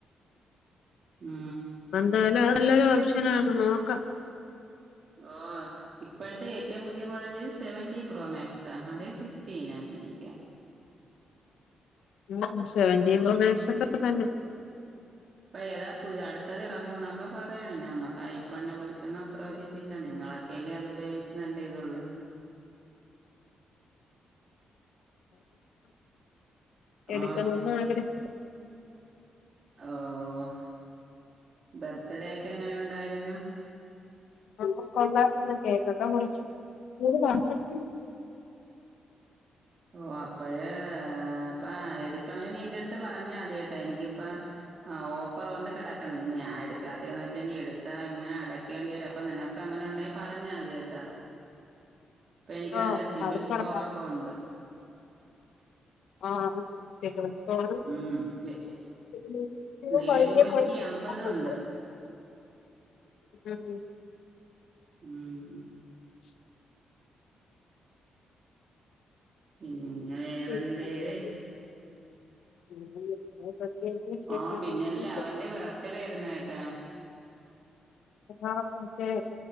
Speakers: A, on the right (about 40°); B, on the left (about 80°).
A: ഉം
B: എന്തായാലും അത് നല്ലൊരു ഓപ്ഷനാണ് നോക്കാം
A: ഓഹ് ഇപ്പോഴത്തെ ഏറ്റവും പുതിയ മോഡൽ എന്ത് സെവന്റീൻ പ്രോ മാക്സാ അതെ സിക്സ്റ്റീനാ എനിക്ക്
B: <inaudible> സേവന്റീൻ പ്രൊ മാക്സ് ഒക്കെ തന്നെയാ
A: ഇപ്പൊ ഏതാ പുതിയ അടുത്തത് ഇറങ്ങൂന്നൊക്കെ പറയ്ണ് ഞമ്മക് ഐ ഫോണിനെ കുറിച്ചൊന്നും അത്ര ഒരിത് ഇല്ല നിങ്ങളെ ക്കല്ലേ അത് ഉപയോഗിച്ച് നല്ല ഇതൊള്ളത്
B: <inaudible> എടുക്കണോന്ന്
A: ആ
B: ആഗ്രഹം
A: ഓഹ് ബർത്ത്ഡേ ഒക്കെ എങ്ങനെ ഉണ്ടായിരുന്ന്
B: ഓഹ് കൊള്ളായിരുന്നു കേക്കൊക്കെ മുറിച്ചു <unintelligible> വാപ്പച്ചി
A: ഓഹ് അപ്പഴ് അപ്പ എടുക്കണെ നീ എന്റെ അടുത്ത് പറഞ്ഞ മതി കേട്ടോ എനിക്കിപ്പ ആഹ് ഓഫർ വന്ന് കിടക്കണ് ഇനി ഞാൻ എടുക്കാത്തെന്ന് ച്ച നീ എടുത്താ ഇങ്ങനെ അടക്കേണ്ടി വരും അപ്പൊ നിനക്ക് അങ്ങനെ ഉണ്ടെങ്കിൽ പറഞ്ഞാതികേട്ട ഇപ്പൊ എനിക്ക്
B: ആ
A: നല്ല സിബിൽ
B: അത്
A: സ്കോറൊക്കെ
B: പറയാം
A: ഒണ്ട്
B: ആഹ് സിബിൽ സ്കോർ
A: ഉം എ
B: <unintelligible>
A: എഴുന്നൂറ്റി അമ്പതുണ്ട്
B: <inaudible>
A: ഉം
B: <unintelligible>
A: ഉം പിന്നെ വേറെ
B: പിന്നെ
A: എന്തേര്
B: <inaudible> പ്രത്യേകിച്ച് വിശേഷം
A: ആ
B: അങ്ങനെ
A: പിന്നല്ല
B: ഒന്നുല്ല
A: അവന്റെ ബർത്ത്ഡേ ആരുന്നു കേട്ട
B: <inaudible> മറ്റേ